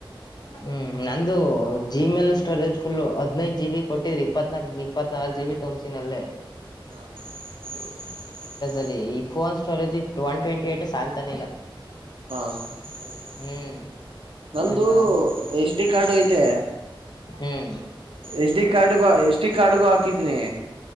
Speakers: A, on the left; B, on the right.
A: ಹ್ಮ್ ನಂದು <unintelligible> ಜಿ ಮೇ ಸ್ಟೋರೇಜ್ ಫುಲ್ ಹದಿನೇದು ಜಿ ಬಿ ಕೊಟ್ಟಿದ್ರಿ ಇಪ್ಪತ್ನಾಲ್ ಇಪ್ಪತ್ನಾಲ್ಕು ಜಿ ಬಿ ತುಂಬ್ಸಿನಲ್ಲಿ
B: <unintelligible>
A: ಲ್ಲಿ <unintelligible> ಈ ಫೋನ್ ಸ್ಟೋರೇಜ್ ಇ ಒನ್ ಟ್ವೆಂಟಿ ಏಟ್ ಸಾಲ್ತಾನೆ ಇಲ್ಲ
B: ಹಾ <inaudible>
A: ಹ್ಮ್
B: ನಂದು
A: ಏನ್
B: <unintelligible>
A: ಮಾಡ
B: ಡಿ ಕಾರ್ಡ್ ಐತೆ
A: ಹ್ಮ್
B: ಎಚ್ ಡಿ ಕಾರ್ಡ್ <unintelligible> ಷ್ಟಿಕ್ ಅಡ್ಗು ಹಾಕಿದನಿ